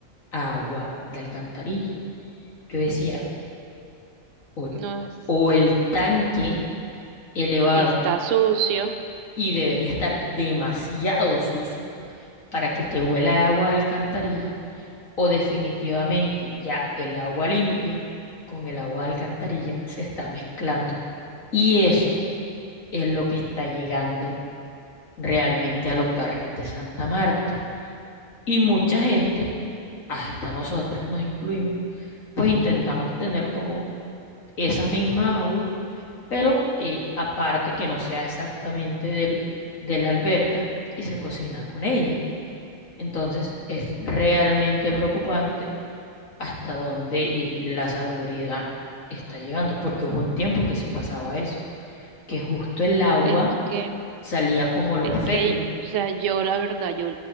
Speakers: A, on the left (about 85°); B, on the right (about 75°).
A: a agua de alcantarilla. Yo decía, o,
B: no es,
A: o el tanque elevado
B: está sucio.
A: y debería estar demasiado sucio para que te huela a agua de alcantarilla o definitivamente ya el agua limpia con el agua de alcantarilla se está mezclando. Y eso es lo que está llegando realmente a los barrios de Santa Marta. Y mucha gente, hasta nosotros nos incluimos, pues intentamos tener como esa misma agua, pero eh, aparte que no sea exactamente del, de la alberca y se cocina con ella. Entonces es realmente preocupante hasta dónde eh, la salubridad está llegando, porque hubo un tiempo que sí pasaba eso, que justo el agua
B: Es que
A: salía con olor
B: Es
A: fétido.
B: que, o sea, yo la verdad, yo,